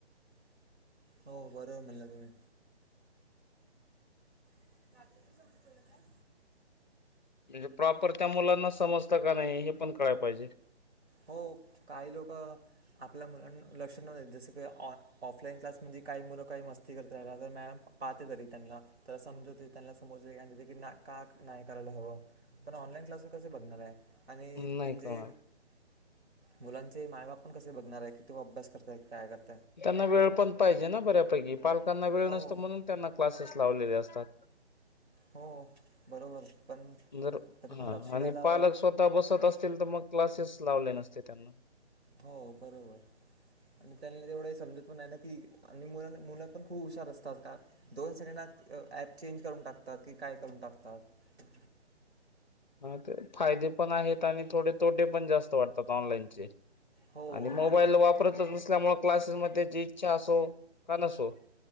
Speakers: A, on the right; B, on the left.
A: हो बरो म्हणला तुम्ही <unintelligible> बोलत आहे
B: म्हणजे प्रॉपर त्या मुलांना समजतं का नाही हे पण कळाय पाहिजे
A: हो काही लोक आपल्या मुलां <unintelligible> लक्ष नाही देत जसं की ऑ ऑफलाईन क्लास म्हणजे काही मुलं काही मस्ती करत राला तर मॅडम पाहते तरी त्यांना तर समजवते त्यांना समोर <unintelligible> का क नाही करायला हवं पण ऑनलाईन क्लास कस बघणार आहे आणि
B: नाही
A: त्यांचे
B: कळणार.
A: मुलांचे माय बाप पण कसे बघणार आहे की तू अभ्यास करताय की काय करता
B: त्यांना वेळ पण पाहिजे ना बऱ्यापैकी पालकांना वेळ
A: हो
B: नसतो म्हणून त्यांना क्लासेस लावलेले असतात
A: हो बरोबर पण
B: जर
A: तरी
B: हा
A: पण लक्ष द्यायला
B: आणि
A: हवं
B: पालक स्वतः बसत असतील तर मग क्लासेस लावले नसते त्यांना
A: हो बरोबर आणि त्यांनी तेवढं समजत पण ना की आणि मुलाना मुलं पण खूप हुशार असतात का दोन सेकंडात ऍप चेंज करून टाकतात की काय करून टाकतात <inaudible>
B: हा ते फायदे पण आहेत आणि थोडे तोटे पण जास्त वाटतात ऑनलाईनचे
A: हो
B: आणि मोबाईल
A: ऑनलाईन
B: वापरतच नसल्यामुळे क्लासेसमध्ये जी इच्छा असो का नसो